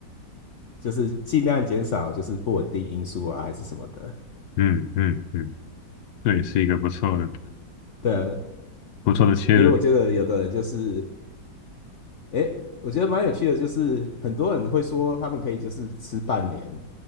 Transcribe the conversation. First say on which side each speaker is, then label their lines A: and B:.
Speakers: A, on the left (about 55°); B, on the left (about 70°).
A: 就是尽量减少就是不稳定因素啊，还是什么的。
B: 嗯嗯嗯，对，是一个不错的
A: 对啊，
B: 不错的切入点。
A: 因为我觉得有的人就是，诶，我觉得蛮有趣的，就是很多人会说他们可以就是吃半年，